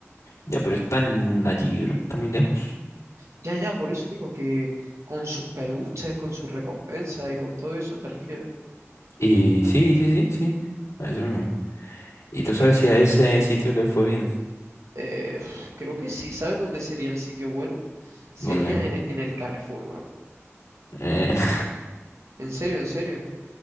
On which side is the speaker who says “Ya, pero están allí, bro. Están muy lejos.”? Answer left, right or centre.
Left